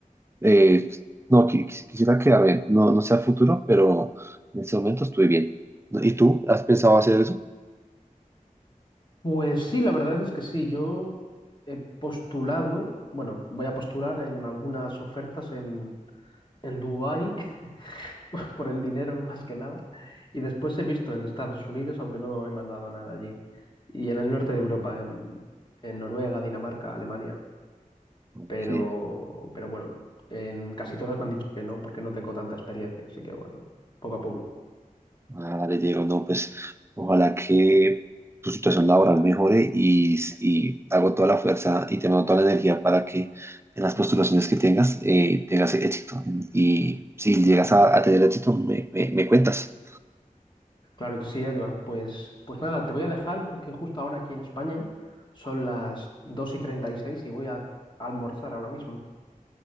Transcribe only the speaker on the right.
eh, no qui- quis- quisiera quedarme, no, no sé a futuro, pero en este momento estoy bien. ¿Y tú has pensado hacer eso?
Ok.
Vale, Diego, no, pues ojalá que tu situación laboral mejore y, y hago toda la fuerza y te mando toda la energía para que en las postulaciones que tengas eh, tengas éxito. Y si llegas a, a tener éxito, me, me, me cuentas.